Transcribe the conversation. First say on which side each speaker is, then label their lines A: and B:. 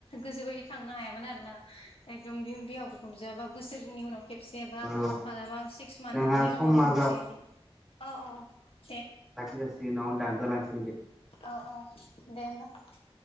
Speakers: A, on the left; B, in the centre.
A: गोसोबायदि थांनो हायामोन आरोना एकदम बिहाव बिखुनजोआ बा बोसोरनि उनाव खेबसे बा
B: औ
A: मालाबा सिक्स मान्थनि
B: जोंहा समा
A: उनाव मोनसे बिदि औ औ औ ।
B: लासै लासै उनाव दानजा लांसै ।
A: औ औ दे होमबा ।